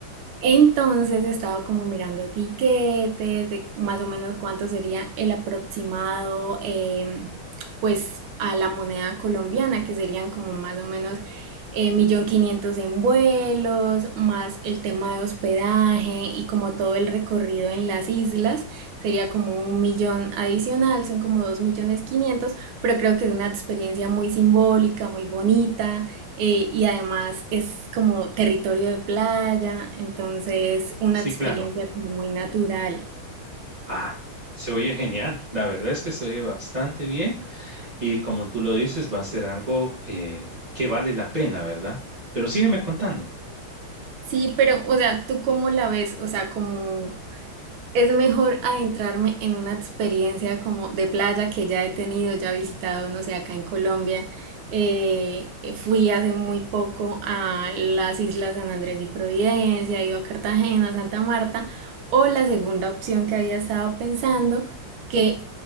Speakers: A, on the right; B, on the right.
A: Entonces he estado como mirando tiquetes, de más o menos cuánto sería el aproximado, eh, pues a la moneda colombiana, que serían como más o menos eh, millón quinientos en vuelos, más el tema de hospedaje y como todo el recorrido en las islas, sería como un millón adicional, son como dos millones quinientos, pero creo que es una experiencia muy simbólica, muy bonita eh, y además es como territorio de playa, entonces una
B: Sí,
A: experiencia
B: claro.
A: como muy natural.
B: Ah, se oye genial, la verdad es que se oye bastante bien. Y como tú lo dices, va a ser algo eh, que vale la pena, ¿verdad? Pero sígueme contando.
A: Sí, pero, o sea, ¿tú cómo la ves? O sea, como Es mejor adentrarme en una experiencia como de playa que ya he tenido, ya he visitado, no sé, acá en Colombia. Eh, fui hace muy poco a las islas San Andrés y Providencia, he ido a Cartagena, Santa Marta, o la segunda opción que había estado pensando, que